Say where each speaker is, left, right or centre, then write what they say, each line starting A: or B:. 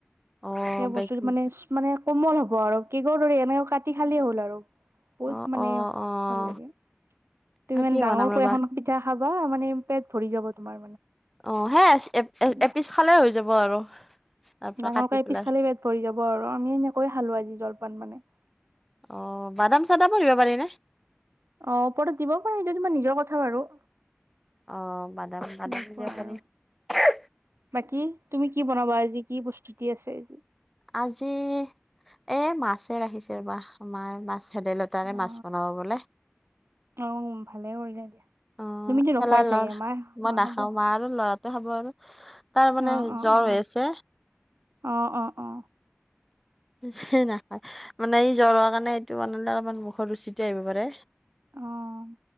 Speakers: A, in the centre; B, on the right.
A: অ',
B: সেই
A: বেকিং
B: বস্তুটো মানে, মানে কোমল হ'ব আৰু, কেকৰ দৰে এনেকে কাটি খালেই হ'ব আৰু। বহুত
A: অ',
B: মানে
A: অ', অ',
B: ভাল লাগে, তুমি
A: সেইটোৱে
B: ইমান ডাঙৰ
A: বনাম
B: কৈ
A: ৰ'বা
B: এখন খাবা মানে ভৰি যাব তোমাৰ
A: অ', সেই
B: মানে
A: এপিচ খালেই হৈ যাব আৰু। তাৰ পৰা
B: ডাঙৰকেই
A: কাটি পেলাই
B: এপিছ খালেই পেট ভৰি যাব আৰু। আমি এনেকৈয়েই খালো আজি জলপান মানে।
A: অ', বাদাম চাদামো দিব পাৰে না।
B: অ', ওপৰত দিব পাৰি, এইটো তোমাৰ নিজৰ কথা বাৰু।
A: অ', বাদাম, বাদাম
B: এনেকুৱা
A: দি দিব পাৰি।
B: আৰু বাকী, তুমি কি বনাবা আজি? কি প্ৰস্তুতি আছে আজি?
A: আজি এ মাছে ৰাখিছো ৰৱা মা মাছ ভেদাইলতাৰে
B: অ
A: মাছ বনাব বোলে।
B: অ', ভালেই কৰিলো দিয়া।
A: অ',
B: তুমিতো নোখোৱাই
A: <unintelligible>
B: চাগে মা
A: মই নাখাও।
B: হ'ব অ
A: মা আৰু লৰাটোৱে খাব আৰু। তাৰ মানে
B: অ
A: জ্বৰ
B: অ
A: হৈ আছে।
B: অ অ অ
A: নাখায় মানে ই জ্বৰ হোৱা কাৰণে এইটো বনালে অলপমান মুখৰ ৰুচিটো আহিব পাৰে।
B: অ'।